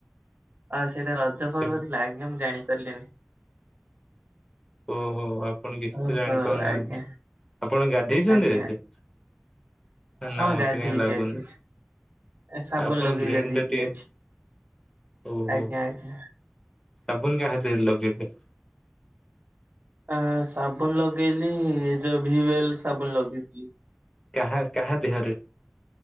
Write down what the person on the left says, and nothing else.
ସେମ-
ଓହୋ ଆପଣ କିଛି
ତ ଜାଣିପାରୁନାହାନ୍ତି।
ଆପଣ ଗାଧେଇଚନ୍ତି
ଆଜି?
ନା ମତେ
କାହିଁ ଲାଗୁନି।
ଆପଣ
ବ୍ରେନ
ଟା ଟିକେ
ଓହୋ
ସାବୁନ କାଇଁ ହାତରେ ଲଗେଇଲେ?
କାହା କାହା ଦେହରେ?